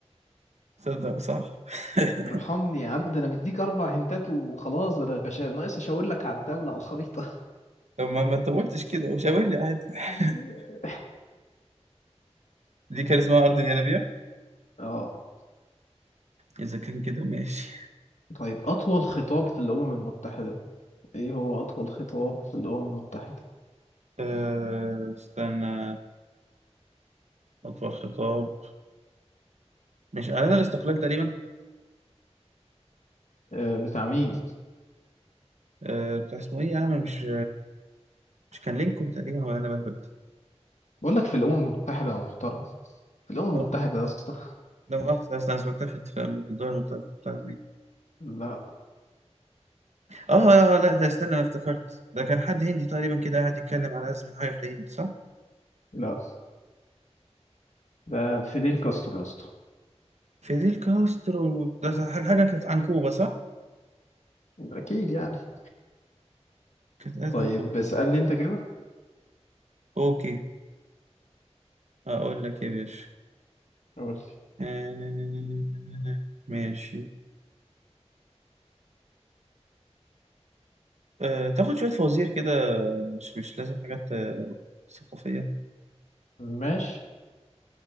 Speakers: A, on the right; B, on the left.
A: صدق صح <laughs>
B: ارحمني يا عم ده انا مديك اربع هنتات وخلاص ده انا باشا ناقص اشاور لك على الدولة على الخريطة
A: طب ما ما انت قلتش كده وشاور لي عادي
B: <laughs>
A: <laughs> دي كان اسمها ارض ينابيع
B: اه
A: اذا كان كده ماشي
B: طيب اطول خطاب في الامم المتحدة ايه هو اطول خطاب في الامم المتحدة
A: آه... استنى اطول خطاب مش اعلان الاستقلال تقريبا
B: آه بتاع مين
A: آه... بتاع اسمه ايه يا عم مش مش كان لينكولن تقريبا ولا انا بهبد
B: بقول لك في الامم المتحدة يا محترم في الامم المتحدة
A: آه.
B: يا اسطى
A: ده مؤاخذة أصلا أنا سمعتها في في الدول المتوسطة بتاعت دي
B: لا
A: آه آه، آه، لا ده استنى أنا افتكرت ده كان حد هندي تقريبا كده قاعد يتكلم على أزمة حاجة في الهند صح؟
B: لا ده فيديل كاسترو يا اسطى
A: فيديل كاسترو ده حاجة حاجة كانت عن كوبا صح؟
B: اكيد يعني
A: كانت أزمة
B: طيب
A: في كوبا
B: اسالني انت كده
A: أوكي أقول لك إيه يا باشا
B: قول لي
A: آه، نا- نا- نا- نا- نا- نا- نا. ماشي أه تاخد شوية فوازير كده مش مش لازم حاجات آه، ثقافية
B: ماشي